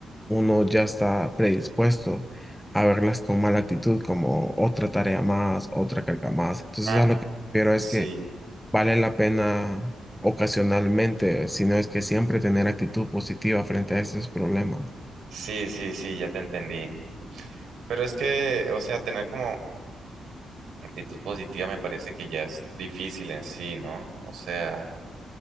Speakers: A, in the centre; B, on the right.
A: uno ya está predispuesto a verlas con mala actitud, como otra tarea más, otra carga más. Entonces
B: Ah,
A: a lo que me refiero es que
B: sí,
A: vale la pena ocasionalmente, si no es que siempre tener actitud positiva frente a esos problemas.
B: sí, sí, sí, ya te entendí. Pero es que, o sea, tener como actitud positiva me parece que ya es difícil en sí, ¿no? O sea,